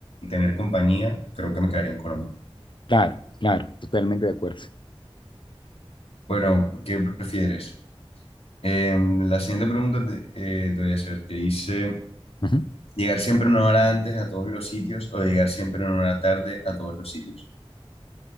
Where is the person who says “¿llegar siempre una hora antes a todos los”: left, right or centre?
Left